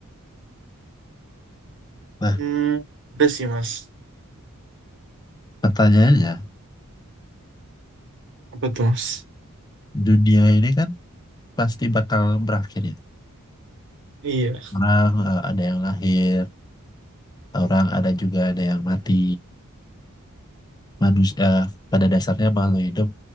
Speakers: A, on the left; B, on the right.
A: Nah,
B: Hmm, udah sih mas.
A: pertanyaannya,
B: Apa tuh mas?
A: dunia ini kan pasti bakal berakhir ya.
B: Iya.
A: Orang eh, ada yang lahir, orang ada juga ada yang mati. Manusia pada dasarnya makhluk hidup